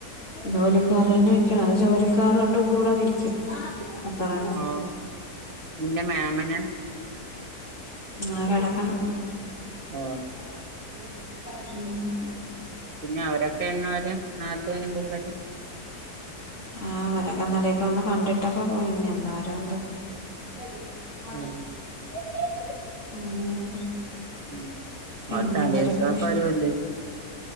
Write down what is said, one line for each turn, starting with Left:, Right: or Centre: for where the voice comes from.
Left: ജോലിക്കാർ തന്ന വെക്കണ അത് ജോലിക്കാർ കൊണ്ട് കൂടെ നിക്കും അത്ര തന്ന
Right: ആഹ് നിന്റെ മ്യാമന
Left: ആരടക്കണ
Right: ഓഹ്
Left: <unintelligible>
Right: പിന്നെ അവരക്ക എന്ന് വരും നാത്തൂനും പുള്ളരും
Left: ആഹ് അവരക്ക ഇന്നലേക്ക വന്ന് കണ്ടിട്ടക്ക പോയി നി എന്ന് വരോന്തോ <unintelligible>
Right: ആഹ്
Left: ഉം
Right: ഉം
Left: പിന്നെ
Right: ആഹ് തലേസൊക്ക
Left: എന്തൊരൊക്കെ
Right: വരോല്ലെ